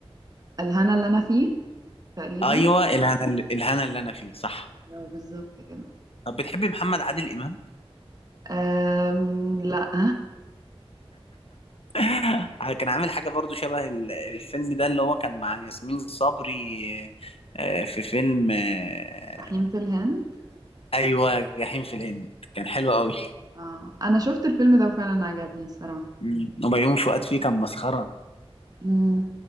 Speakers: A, on the right; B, on the left.
A: الهنا اللي انا فيه تقريبا
B: ايوه الهنا الهنا اللي انا فيه صح
A: أيوة، بالظبط كده
B: طب بتحبي محمد عادل امام
A: أم لا
B: <laughs> كان عامل حاجه برضو شبه ال- الفيلم ده اللي هو كان مع ياسمين صبري آه، في فيلم آه،
A: <laughs> جحيم في الهند
B: ايوه جحيم في الهند كان حلو قوي
A: آه. انا شفت الفيلم ده وفعلا عجبني الصراحة
B: مم. وبيومي فؤاد فيه كان مسخره
A: مم.